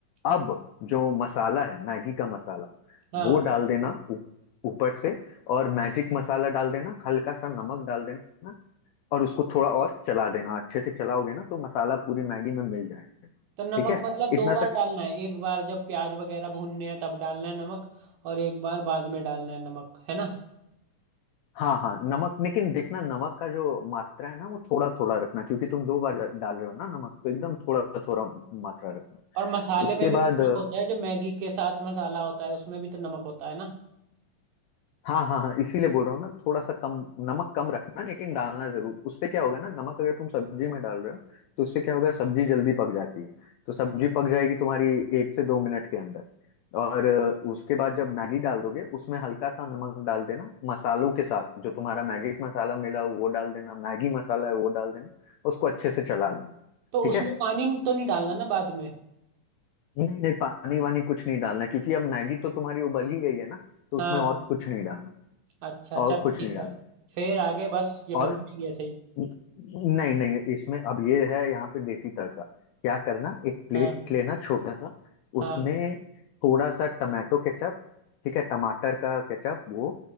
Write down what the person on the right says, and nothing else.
अच्छा,
हाँ
तो नमक
मतलब
दो बार
डालना है एक बार जब प्याज वगैरह भूनने हैं तब डालना है नमक और एक बार बाद में डालना है नमक है ना
और मसाले
में भी तो
नमक होता है जो मैगी के साथ मसाला होता है उसमें भी तो नमक होता है ना
तो
उसमें
पानी तो नहीं डालना ना बाद में
हाँ
अच्छा
चलो
ठीक
है फिर आगे बस ये
बन गई ऐसे ही
हाँ
हाँ